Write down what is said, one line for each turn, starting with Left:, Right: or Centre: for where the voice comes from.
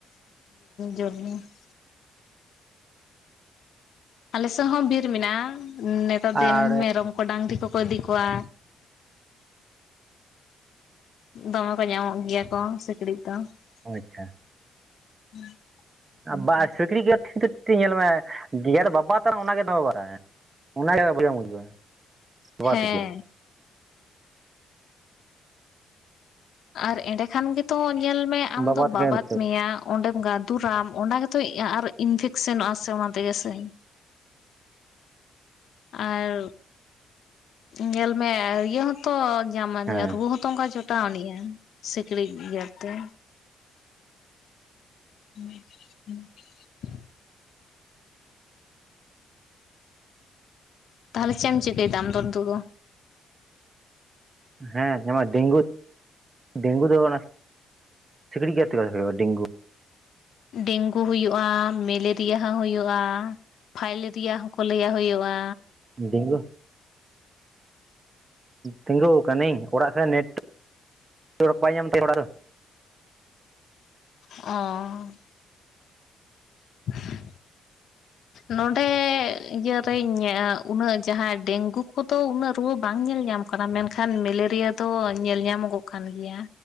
Left: <unintelligible> ᱟᱞᱮ ᱥᱮᱫ ᱦᱚᱸ ᱵᱤᱨ ᱢᱮᱱᱟᱜᱼᱟ ᱱᱮᱛᱟᱨ ᱫᱤᱱ
Right: ᱟᱨ
Left: ᱢᱮᱨᱚᱢ ᱠᱚ ᱰᱟᱝᱨᱤ ᱠᱚᱠᱚ ᱤᱫᱤ ᱠᱚᱣᱟ᱾ ᱫᱚᱢᱮ ᱠᱚ ᱧᱟᱢᱚᱜ ᱜᱮᱭᱟ ᱠᱚ ᱥᱤᱠᱲᱤᱡ ᱫᱚ᱾
Right: ᱟᱪᱷᱟ,
Left: <unintelligible>
Right: ᱵᱟ ᱥᱤᱠᱨᱤᱡ ᱜᱮᱨ ᱴᱷᱤᱠ ᱫᱚ ᱧᱮᱞ ᱢᱮ ᱜᱮᱨ ᱵᱟᱵᱟᱛᱟ ᱚᱱᱟ ᱜᱮ ᱵᱟᱲᱟᱝᱟ᱾ ᱚᱱᱟᱜᱮ, <inaudible> ᱵᱟᱵᱟ
Left: ᱦᱮᱸ,
Right: ᱛᱟᱹᱠᱤᱱ
Left: ᱟᱨ ᱮᱸᱰᱮ ᱠᱷᱟᱱ ᱜᱮᱛᱚ ᱧᱮᱞ ᱢᱮ
Right: ᱵᱟᱵᱟ
Left: ᱟᱢᱫᱚ
Right: ᱛᱟᱹᱠᱤᱱ
Left: ᱵᱟᱵᱟᱛ ᱢᱮᱭᱟ᱾ ᱚᱸᱰᱮᱢ ᱜᱟᱫᱩᱨᱟᱢ ᱚᱱᱟ ᱜᱮᱛᱚ ᱟᱨ ᱤᱱᱯᱷᱮᱠ ᱥᱮᱱᱚᱜᱼᱟ ᱥᱮ ᱚᱱᱟ ᱛᱮᱜᱮ ᱥᱮ᱾ ᱟᱨ ᱧᱮᱞ ᱢᱮ ᱤᱭᱟᱹ ᱦᱚᱸ ᱛᱚ ᱧᱟᱢᱟᱱᱤᱡᱟ
Right: ᱦᱮᱸ
Left: ᱨᱩᱣᱟᱹ ᱦᱚᱸ ᱛᱚ, ᱛᱚᱸᱜᱟ ᱡᱚᱴᱟᱣᱟᱱᱤᱡᱼᱟ ᱥᱤᱠᱲᱤᱡ ᱜᱮᱨ ᱛᱮ᱾ <unintelligible> ᱛᱟᱦᱟᱞᱮ ᱪᱮᱫ ᱮᱢ ᱪᱤᱠᱟᱹᱭᱫᱟ ᱟᱢ ᱫᱚ ᱱᱤᱛᱳᱜ ᱫᱚ?
Right: ᱦᱮᱸ ᱰᱮᱝᱜᱩ ᱰᱮᱝᱜᱩ ᱫᱚ ᱚᱱᱟ ᱥᱤᱠᱲᱤᱡ ᱜᱮᱨ ᱛᱮᱜᱮ ᱦᱩᱭᱩᱜᱼᱟ ᱰᱮᱝᱜᱩ᱾
Left: ᱰᱮᱝᱜᱩ ᱦᱩᱭᱩᱜ-ᱟ ᱢᱮᱞᱮᱨᱤᱭᱟ ᱦᱚᱸ ᱦᱩᱭᱩᱜᱼᱟ᱾ ᱯᱷᱟᱭᱞᱮᱨᱤᱭᱟ ᱦᱚᱸ ᱠᱚ ᱞᱟᱹᱭᱟ ᱦᱩᱭᱩᱜᱼᱟ᱾
Right: ᱰᱮᱝᱜᱩ, ᱛᱤᱸᱜᱩ ᱠᱟᱹᱱᱤᱧ ᱚᱲᱟᱜ ᱥᱮ ᱱᱮᱴ ᱚᱣᱟᱠ ᱵᱟᱭ ᱧᱟᱢ ᱛᱤᱧᱟ <inaudible>
Left: ᱚᱸᱻ <inaudible> ᱱᱚᱰᱮ ᱤᱭᱟᱹ ᱨᱮᱧ ᱩᱱᱟᱹᱜ ᱡᱟᱦᱟᱸ ᱰᱮᱝᱜᱩ ᱠᱚ ᱫᱚ ᱩᱱᱟᱹᱜ ᱨᱩᱣᱟᱹ ᱵᱟᱝ ᱧᱮᱞ ᱧᱟᱢ ᱢᱮᱱᱠᱷᱟᱱ ᱢᱮᱞᱮᱨᱤᱭᱟ ᱫᱚ ᱧᱮᱞ ᱧᱟᱢᱚᱜᱚᱜ ᱠᱟᱱ ᱜᱮᱭᱟ